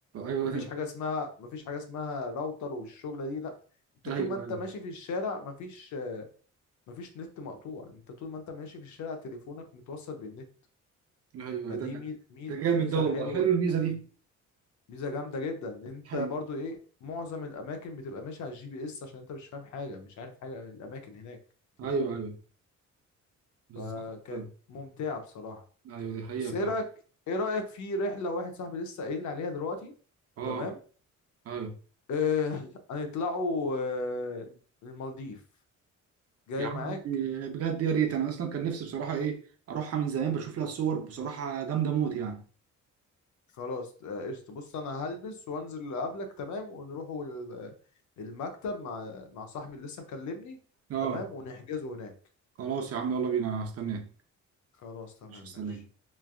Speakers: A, on the right; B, on the left.
A: ايوه
B: مفيش
A: <laughs>
B: حاجه اسمها مفيش حاجه اسمها راوتر والشغله دي لا انت
A: ايوه
B: طول ما انت
A: ايوه
B: ماشي في الشارع مفيش آه، مفيش نت مقطوع انت طول ما انت ماشي في الشارع تليفونك متوصل بالنت
A: أيوة،
B: فدي
A: ده <laughs>
B: مي- مي-
A: ده جامد
B: ميزه
A: ده والله
B: حلوه
A: حلو الميزه دي
B: ميزه جامده جدا ان انت
A: ايوه
B: برضو ايه معظم الاماكن بتبقى ماشي على الجي بي اس عشان انت مش فاهم حاجه مش عارف حاجه عن الاماكن هناك تتوه
A: ايوه ايوه بالظبط
B: فكانت ممتعه بصراحه
A: ايوه دي حقيقة
B: بس
A: فعلا
B: ايه رايك ايه رايك في رحله واحد صاحبي لسه قايل لي عليها دلوقتي
A: اه
B: تمام
A: ايوه
B: آه <laughs> هنطلعوا آه المالديف جاي
A: يا عم
B: معاك
A: بجد يا ريت انا اصلا كان نفسي بصراحه ايه اروحها من زمان بشوف لها الصور بصراحه جامده موت يعني
B: خلاص آه، قشطه بص انا هلبس وانزل اقابلك تمام ونروحوا ال- المكتب مع مع صاحبي اللي لسه مكلمني
A: اه
B: تمام ونحجزه هناك
A: خلاص يا عم يلا بينا هستناك
B: خلاص تمام
A: مش مستنيك
B: ماشي